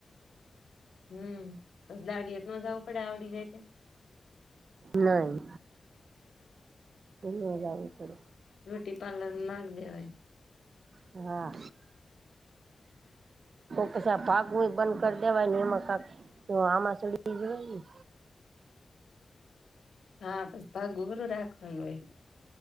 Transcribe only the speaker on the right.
નહી. <unintelligible> જાવું પડે.
<inaudible> હા કઉ સાપ હું એ બંધ કરી દેવાય ને એમાં કા તો આમાં <unintelligible>